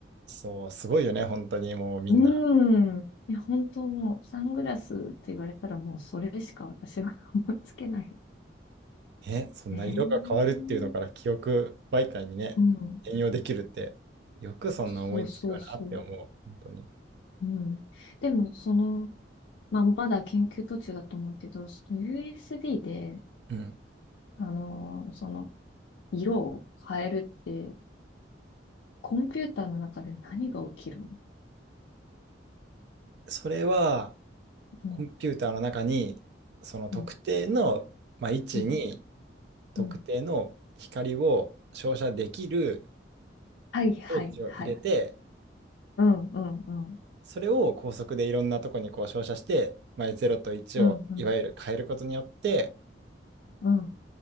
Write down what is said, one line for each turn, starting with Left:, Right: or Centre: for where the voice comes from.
Right: そう、すごいよね、本当にもうみんな。
Left: うーん。いや、本当もう、サングラスって言われたら、もう、それしか私は <laughs> 思いつけない。
Right: ね、そんな色が変わるっていうのから記憶媒体にね、
Left: ええうん。
Right: 転用できるって、よくそんな思いつくよなって思う、
Left: そうそうそう。
Right: 本当に。
Left: うん。でも、その、まあ、まだ研究途中だと思うけど、その USB で、
Right: うん。
Left: あのーその、色を変えるって、コンピューターの中で何が起きるの
Right: それは、
Left: うん、
Right: コンピューターの中に、その特定の、
Left: うん、
Right: まあ、位置に
Left: うん、
Right: 特定の光を照射できる
Left: うん。はい、はい、
Right: 装置を入れて、
Left: はい。うん、うん、うん、
Right: それを高速でいろんなとこにこう照射して、まあ、0と1をいわゆる変えることによって、
Left: うん、うん、うん。